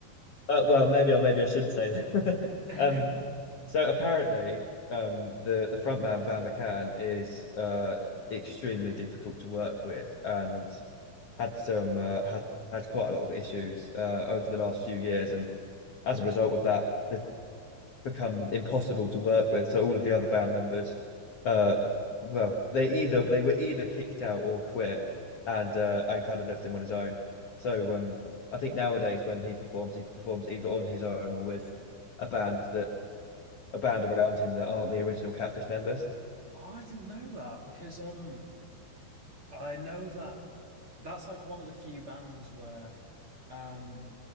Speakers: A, on the left; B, on the right.
A: uh, well, maybe or maybe I shouldn't say that. <laughs>
B: <laughs>
A: Um, so apparently, um, the the front man Van McCann is uh extremely difficult to work with and had some uh, had had quite a lot of issues uh over the last few years and as a result of that has become impossible to work with. So all of the other band members, uh, well, they either they were either kicked out or quit, and uh, and kind of left him on his own. So um, I think nowadays when he performs, he performs either on his own or with a band that a band around him that aren't the original Catfish members,
B: Oh, I didn't know that because um I know that that's like one of the few bands where um